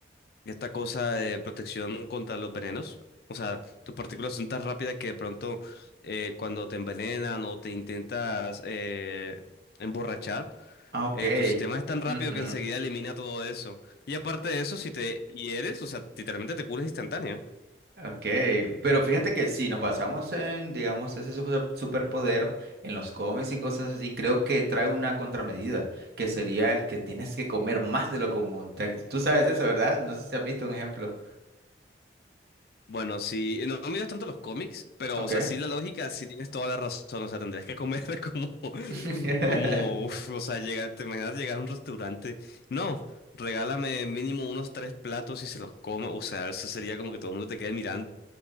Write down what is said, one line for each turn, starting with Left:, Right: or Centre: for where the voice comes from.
Left: esta cosa de protección contra los venenos. O sea, tus partículas son tan rápidas que de pronto eh, cuando te envenenan o te intentas eh, emborrachar,
Right: Ah, ok.
Left: eh, tu sistema es tan rápido
Right: Ujú.
Left: que enseguida elimina todo eso. Y aparte de eso, si te hieres, o sea, literalmente te curas instantáneo.
Right: Ok, pero fíjate que si nos basamos en, digamos, ese super- superpoder en los cómics y cosas así, creo que trae una contramedida, que sería el que tienes que comer más de lo común. Te- Tú sabes eso, ¿verdad? No sé si has visto un ejemplo.
Left: Bueno, si no, no miras tanto los cómics, pero,
Right: Ok.
Left: o sea, sí la lógica, sí tienes toda la razón. O sea, tendrías que comer <laughs> como,
Right: <laughs>
Left: como, uf, o sea, llegar, te imaginas llegar a un restaurante. No, regálame mínimo unos tres platos y se los coma. O sea, eso sería como que todo el mundo te quede mirando.